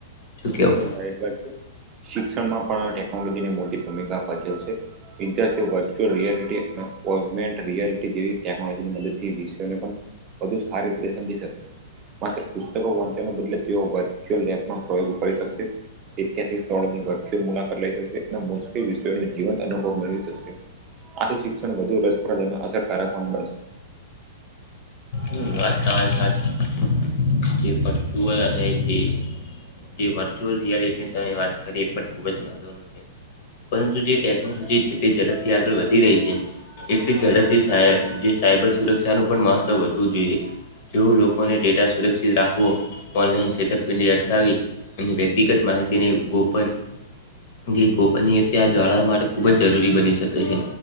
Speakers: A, on the left; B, on the right.
A: શું કેવું?
B: એકદમ રાઈટ વાત છે શિક્ષણમાં પણ ટેકનોલોજી ની મોટી ભૂમિકા ભજવશે વિદ્યાર્થીઓ વર્ચ્યુઅલ રિયાલિટી અને ઓમેન્ટ રિયાલિટી જેવી ટેકનોલોજીની મદદથી વિષને પણ વધુ સારી રીતે સમજી શકશે માત્ર પુસ્તકો વાંચવાના બદલે તેઓ એક્ચુલ લેબમાં પ્રયોગ કરી શકશે ઐતિહાસિક સ્થળોની વર્ચ્યુઅલ મુલાકાત લઈ શકશે અને મુશ્કેલ વિષયો નો જીવંત અનુભવ મેળવી શકશે આથી શિક્ષણ વધુ રસપ્રદ અને અસરકારક પણ બનશે
A: હમ્મ વાત તમારી વાત સાચી છે જે <unintelligible> ને જે જે વર્ચ્યુઅલ રિયાલિટી ની તમે વાત કરી એ પણ ખુબ જ મહત્વની છે પરંતુ જે ટેકનોલોજી તે ઝડપથી આગળ વધી રહી છે, એટલી ઝડપથી જે સાયબર સુરક્ષાનું પણ મહત્વ વધ વધવું જોયે જો લોકોને ડેટા સુરક્ષિત રાખવો ઓનલાઈન છેતરપિંડી અટકાવી અને વ્યક્તિગત માહિતીની ગોપન જે ગોપનીયતા આ જાળવવા માટે ખુબ જ જરૂરી બની શકે છે,